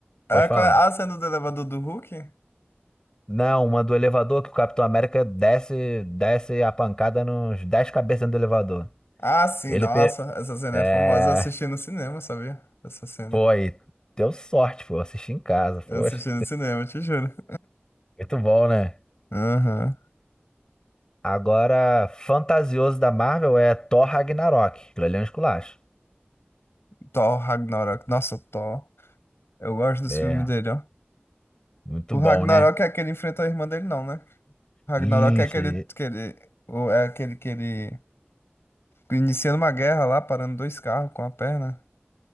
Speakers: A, on the left; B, on the left.
A: Ah,
B: Pode falar.
A: qual é a cena do elevador do Hulk?
B: Não, uma do elevador que o Capitão América desce, desce a pancada nos 10 cabeças dentro do elevador.
A: Ah, sim,
B: Ele,
A: nossa,
B: pe-
A: essa cena
B: é,
A: é famosa. Eu assisti no cinema, sabia? Essa cena.
B: Pô, aí, deu sorte, pô, assisti em casa, poxa.
A: Eu assisti no cinema, te juro.
B: Muito bom, né?
A: Aham.
B: Agora, fantasioso da Marvel é Thor Ragnarok. Aquilo ali é um esculacho.
A: Thor Ragnarok. Nossa, Thor. Eu gosto dos
B: É,
A: filmes dele, ó.
B: muito
A: O
B: bom,
A: Ragnarok
B: né?
A: é aquele que ele enfrenta a irmã dele, não, né? Ragnarok
B: Isso.
A: é aquele,
B: e-
A: aquele, o- é aquele que ele iniciando uma guerra lá, parando dois carros com a perna.